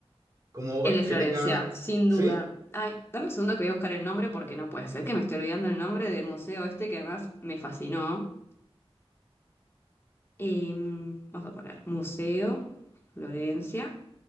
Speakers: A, on the right (about 35°); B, on the left (about 25°).
A: como obra
B: El de Florencia,
A: que tenga...
B: sin
A: ¿Sí?
B: duda. Ay, dame un segundo que voy a buscar el nombre porque no puede ser que me esté olvidando el nombre del museo este que además me fascinó. Em, vamos a poner Museo, Florencia.